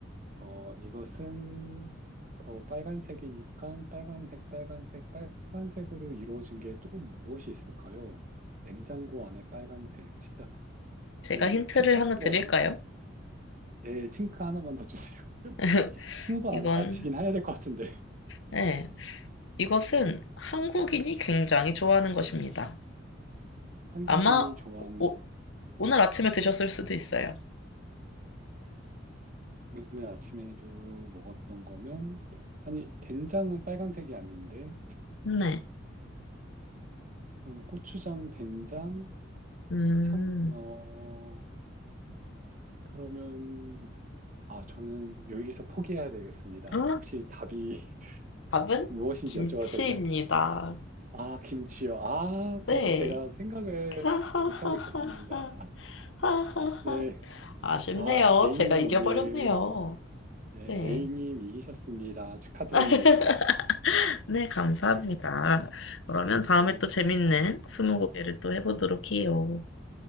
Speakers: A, on the right; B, on the left.
A: 어, 이것은 어, 빨간색이니까 빨간색, 빨간색, 빨간색으로 이루어진 게 또 무엇이 있을까요? 냉장고 안에 빨간색, 진짜
B: 제가
A: 그
B: 힌트를
A: 케첩도
B: 하나 드릴까요?
A: 아니고 네, 칭크 하나만 더 주세요. <laughs>
B: <laughs>
A: 이 스- 스무 번
B: 이건,
A: 안에 맞히긴 해야 될 것 같은데 <laughs>
B: 네, 이것은 한국인이 굉장히 좋아하는 것입니다.
A: 한국인이
B: 아마
A: 좋아하는
B: 오,
A: 거
B: 오- 오늘 아침에 드셨을 수도 있어요.
A: 오늘 아침에도 먹었던 거면 아니 된장은 빨간색이 아닌데
B: 네.
A: 그럼 고추장, 된장,
B: 음.
A: 참, 어, 그러면 아, 저는 여기서 포기해야 되겠습니다.
B: 아,
A: 혹시 답이 <laughs>
B: 답은
A: 무엇인지
B: 김치입니다.
A: 여쭤봐도 될까요? 아, 김치요. 아, 진짜
B: 네.
A: 제가 생각을
B: 하하하하하.
A: 못하고 있었습니다.
B: 하하하.
A: 네.
B: 아쉽네요.
A: 아, A님
B: 제가 이겨버렸네요.
A: 오늘, 네, A님
B: 네.
A: 이기셨습니다. 축하드립니다.
B: <laughs> 네, 감사합니다. 그러면 다음에
A: 네,
B: 또 재밌는 스무고개를 또 해보도록 해요.